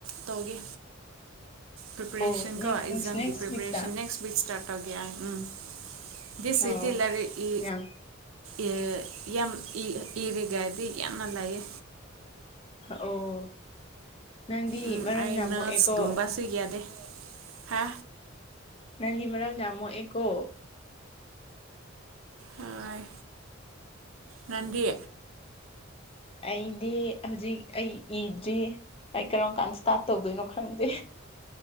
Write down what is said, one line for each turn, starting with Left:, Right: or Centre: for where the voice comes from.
Right: ꯇꯧꯒꯦ ꯄ꯭ꯔꯤꯄꯦꯔꯦꯁꯟ
Left: ꯑꯣ ꯅꯦꯛꯁ
Right: ꯀꯣ ꯑꯦꯛꯖꯥꯝꯒꯤ
Left: ꯅꯦꯛꯁ
Right: ꯄ꯭ꯔꯤꯄꯦꯔꯦꯁꯟ
Left: ꯋꯤꯛꯇ
Right: ꯅꯦꯛꯁ ꯋꯤꯛ ꯏꯁꯇꯥꯔꯠ ꯇꯧꯒꯦ ꯎꯝ ꯗꯁ
Left: ꯑꯣ
Right: ꯋꯤꯛꯗꯤ ꯂꯥꯏꯔꯤꯛ ꯏ
Left: ꯌꯥꯝ
Right: ꯏ ꯌꯥꯝ ꯏ ꯏꯔꯒꯗꯤ ꯌꯥꯝꯅ ꯂꯥꯏꯌꯦ
Left: ꯑꯣ ꯅꯪꯗꯤ
Right: ꯎꯝ
Left: ꯃꯔꯝ
Right: ꯑꯩ
Left: ꯌꯥꯝ
Right: ꯅꯔꯁ
Left: ꯃꯣꯛꯑꯦꯀꯣ
Right: ꯒꯨꯝꯕꯁꯨ ꯌꯥꯗꯦ ꯍꯥ
Left: ꯅꯪꯗꯤ ꯃꯔꯝ ꯌꯥꯝ ꯃꯣꯛꯑꯦꯀꯣ
Right: ꯍꯣꯑꯣꯏ ꯅꯪꯗꯤ
Left: ꯑꯩꯗꯤ ꯍꯧꯖꯤꯛ ꯑꯩꯒꯤ ꯏꯗ꯭ꯔꯤ ꯑꯩ ꯀꯔꯝ ꯀꯥꯟ ꯏꯁꯇꯥꯔꯠ ꯇꯧꯗꯣꯏꯅꯣ ꯈꯪꯗꯦ